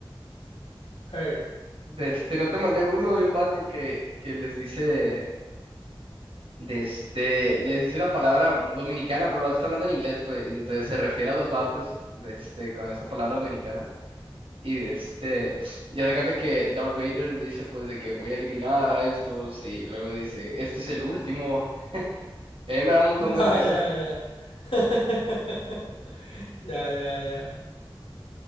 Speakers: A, on the left; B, on the right.
A: Hey.
B: De este, no te mandé uno de un vato que, que les dice, de este, les dice una palabra dominicana, pero el vato está hablando en inglés, pues, y entonces se refiere a los vatos, de este, con esa palabra dominicana. Y de este, ya se cuenta que Darth Vader dice, pues, de que voy a eliminar a estos, y luego dice, este es el último. Y a mí me da un montón
A: Ya,
B: de risa.
A: ya, ya. <laughs> Ya, ya, ya.